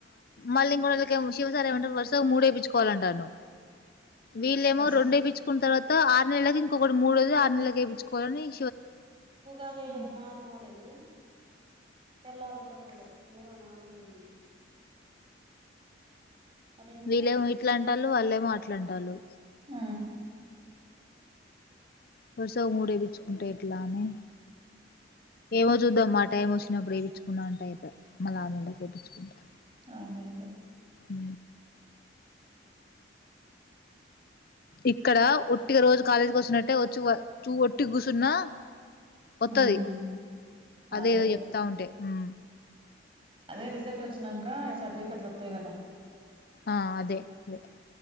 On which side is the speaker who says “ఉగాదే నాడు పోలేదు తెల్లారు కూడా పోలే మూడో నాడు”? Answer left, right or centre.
Right